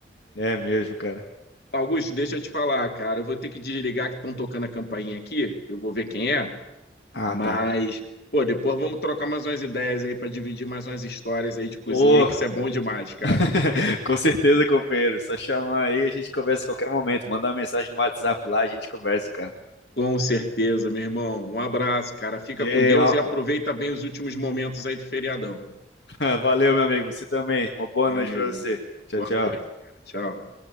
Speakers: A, on the left; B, on the left.
A: é mesmo, cara.
B: Augusto, deixa eu te falar, cara. Eu vou ter que desligar que estão tocando a campainha aqui. Eu vou ver quem é.
A: Ah,
B: Mas,
A: tá.
B: pô, depois vamos trocar mais umas ideias aí para dividir mais umas histórias aí de cozinha
A: Ô,
B: aí, que isso é bom demais, cara.
A: <laughs> com certeza, companheiro. Só chamar aí, a gente conversa a qualquer momento. Mandar uma mensagem no WhatsApp lá, a gente conversa, cara.
B: Com certeza, meu irmão. Um abraço, cara. Fica
A: Ei,
B: com Deus
A: uma-
B: e aproveita bem os últimos momentos aí do feriadão.
A: <laughs> Valeu, meu amigo. Você também. Uma boa
B: Valeu.
A: noite pra você. Tchau,
B: Boa
A: tchau.
B: noite. Tchau.